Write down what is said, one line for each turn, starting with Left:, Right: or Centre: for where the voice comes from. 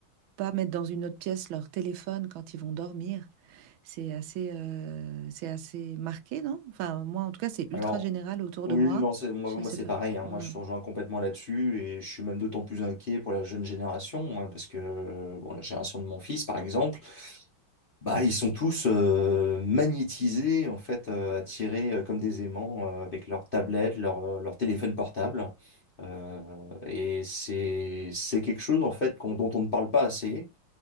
Right: pas mettre dans une autre pièce leur téléphone quand ils vont dormir. C'est assez, euh, c'est assez marqué, non? Enfin, moi, en tout cas, c'est ultra
Left: Alors
Right: général autour
Left: Oui,
Right: de moi.
Left: non, c'est moi, moi
Right: Je sais
Left: c'est
Right: pas.
Left: pareil. hein.
Right: Ouais.
Left: Moi, je te rejoins complètement là-dessus et je suis même d'autant plus inquiet pour la jeune génération hein, parce que euh, bon, la génération de mon fils, par exemple, bah ils sont tous euh, magnétisés en fait, euh, attirés euh, comme des aimants euh, avec leur tablette, leur euh, leur téléphone portable. Euh, et c'est c'est quelque chose en fait qu'on, dont on ne parle pas assez